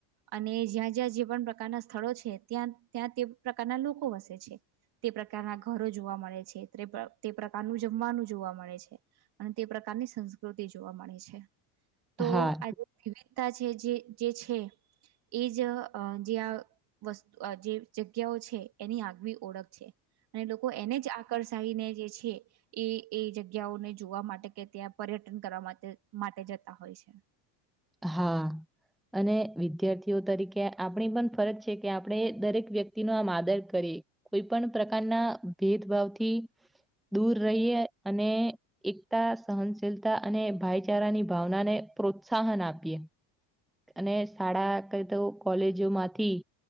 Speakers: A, on the right (about 50°); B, in the centre.
A: અને જ્યાં જ્યાં જીવ પણ પ્રકારના સ્થળો છે ત્યાં ત્યાં તે પ્રકારના લોકો વસે છે. તે પ્રકારના ઘરો જોવા મળે છે તે તે પ્રકારનું જમવાનું જોવા મળે છે અને તે પ્રકા પ્રકારની સંસ્કૃતિ જોવા મળે છે. તો
B: હા
A: આ જે વિવિધતા છે જે જે છે એજ અ જે આ વસ્તુ અ જે જગ્યાઓ છે એની આગવી ઓળખ છે. અને લોકો એને જ આકર્ષાઈને જે છે એ એ જગ્યાઓને જોવા માટે કે ત્યાં પર્યટ ટન કરવા માતે માટે જતા હોય છે.
B: હા. અને વિદ્યાર્થીઓ તરીકે આપણી પણ ફરજ છે કે આપણે દરેક વ્યક્તિનો આમ આદર કરી એ કોઈ પણ પ્રકારના ભેદભાવથી દૂર રહીએ અનેએ એકતા સહનશીલતા અને ભાઈચારાની ભાવના ને પ્રોત્ સાહન આપીએ અને શાળા કંઇ તો કોલેજોમાંથી